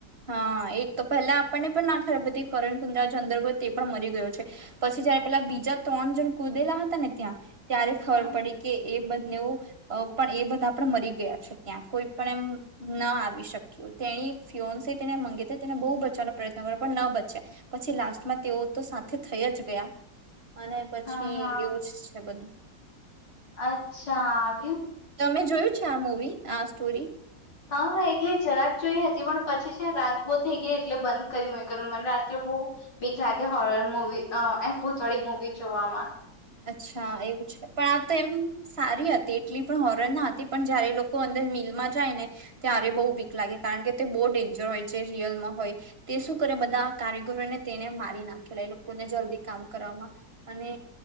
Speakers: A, on the right; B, on the left.
A: હા એક તો પહેલા આપણને પણ ના ખરાબ પ હતી કરણ કુંદરા જો અંદરય તે પણ મરી ગયો છે પછી જયારે પેલા બીજા ત્રણ જણ કુદેલા હતા ને ત્યાં ત્યારે ખબર
B: હમ,
A: પડી કે એ બને પણ એ બધા પણ મરી ગયા છે ત્યાં કોઈ પણ એમ ન આવી શક્યું તે ફ તેને મંગી તેને બહુ બચવાનો પ્રયત્ન કર્યો પણ ન બચ્યા પછી લાસ્ટમાં તેઓ તો સાથે થઈ જ ગયા અને પછી
B: હા હા
A: એવું જ છે બધું
B: અચ્છા
A: તમે જોયું છે આ મવી? હા સ્ટોરી..
B: હા હા એટલે જરાક જોઈ હતી પણ પછી છે રાત બહુ થઈ ગઈ એટલે બંધ કરી કર મને રાત્રે બહુ બીક લાગે હોરર મુવી એમ ભૂતવાળી મુવી જોવામાં.
A: અચ્છા એવું છે પણ આ તો એમ સારી હતી એટલી પણ હોરર ના હતી પણ જયારે લોકો અંદર મિલમાં જાય ને ત્યારે બહુ વીક લાગે કારણ કે તે બહ ડેન્જર હોય જે રિયલમાં હોય તે શું કરે બધા કારીગરોને તેને મારી નાખેલા લોકોને જલ્દી કામ કરવામાં અને